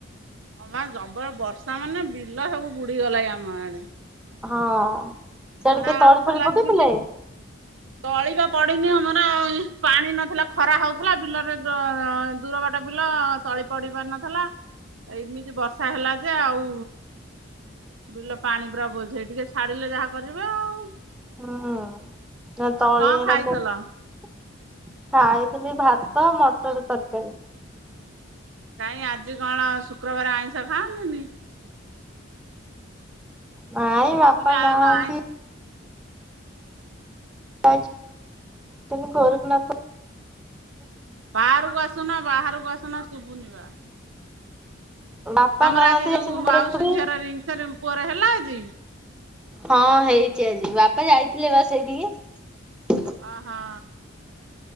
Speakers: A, on the right; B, in the centre.
A: ହଁ ବା ଜବର ବର୍ଷା ମାନେ, ବିଲ ସବୁ ବୁଡି ଗଲାଇ ଆମ ଆଡେ।
B: ହଁ। ସିଆଡ଼େ
A: ଖରା
B: କିଏ ତଳି
A: ହଉଥିଲା
B: ଫଳି ପକେଇ
A: ଝିଲି
B: ଥିଲେ?
A: ତଳି ବା ପଡିନି ଆମର ପାଣି ନଥିଲା ଖରା ହଉଥିଲା, ବିଲରେ ଦୋ-ଦୂର ଦୂର ବାଟ ବିଲ ତଳି ପଡି ପାରୁନଥିଲା ଏଇମିତି ବର୍ଷା ହେଲା ଯେ ଆଉ ବିଲ ପାଣି ପୁରା ବୋଝେଇ, ଟିକେ ଛାଡିଲେ ଯାହା କରିବେ ଆଉ।
B: ହୁଁ ନା ତଳି
A: ଆଉ କଣ
B: ଏଇନା
A: ଖାଇଥିଲ?
B: ପକ ଖାଇ ଥିଲି ଭାତ, ମଟର ତରକାରୀ।
A: କାଇଁ ଆଜି କଣ ଶୁକ୍ରବାର ଆଇଁଷ ଖାଆନ୍ତିନି?
B: ନାଇଁ ବାପା
A: ମୁଁ କହିଲି
B: ନାହାଁନ୍ତି
A: ଆଉ କଣ ଆଇଁଷ
B: <unintelligible> ଗୋରଖନାଥ
A: ବାହାରକୁ ଆସୁନା, ବାହାରକୁ ଆସୁନା ଶୁଭୁନି ବା।
B: ବାପା
A: ତମର
B: ନାହାନ୍ତି
A: ଆଜି
B: ଯାଇଛନ୍ତି
A: ଯୋଉ
B: ଗୋରଖନାଥ
A: ମାଉସୀ ଝିଅର ରିଙ୍ଗ ସେରି ପୁଅର ହେଲା ଆଜି?
B: ହଁ ହେଇଛି ଆଜି, ବାପା ଯାଇଥିଲେ ବା ସେଇଠିକି।
A: ଅହୋ।